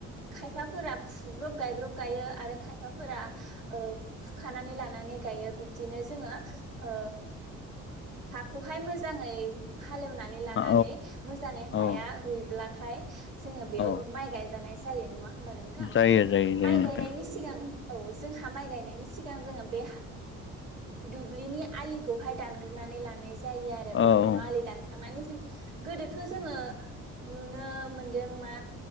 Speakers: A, on the right (about 75°); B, on the left (about 40°).
A: खायफाफोरा फुब्रब गायब्रब गायो आरो खायफाफोरा ओ फुखानानै लानानै बिबदिनो जोङो ओ हाखौहाय मोजाङै हालेवनानै लानानै
B: औ
A: मोजाङै हाया
B: औ
A: रुइब्लाथाय जोङो बेयाव
B: औ
A: माइ गायजानाय जायो जायो नङा हबा नोंथां?
B: जायो जायो जायो
A: माइ
B: नोंथां
A: गायनायनि सिगां औ जोंहा माइ गायनायनि सिगां जोङो बे दुब्लिनि आलिखौहाय दानग्रोनानै लानाय जायो जायो आरो
B: औ
A: बिनि उनाव आलि दानखांनानै गोदोथ' जोङो नुनो मोनदों मा